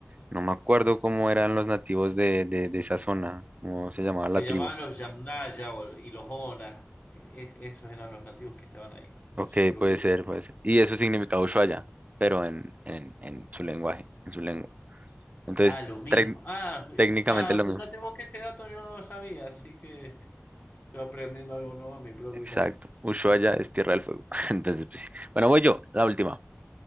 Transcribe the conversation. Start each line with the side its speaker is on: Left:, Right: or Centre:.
Right: No me acuerdo cómo eran los nativos de, de, de esa zona, cómo se llamaba la
Left: Le llamaban
Right: tribu.
Left: los Yamnaya o- y los Ona. E- e- esos eran los nativos que estaban ahí,
Right: Ok,
Left: según lo
Right: puede
Left: que yo.
Right: ser,
Left: sé.
Right: puede ser. Y eso significa Ushuaia, pero en, en, en su lenguaje, en su lengua. Entonces,
Left: Ah, lo mismo.
Right: tec-
Left: Ah, fija-
Right: técnicamente
Left: ah,
Right: lo mismo.
Left: fíjate vos que ese dato yo no lo sabía, así que estoy aprendiendo algo nuevo en mi propio
Right: Exacto.
Left: país.
Right: Ushuaia es Tierra del Fuego. <laughs> Entonces, pues, sí. bueno, voy yo, la última. <laughs>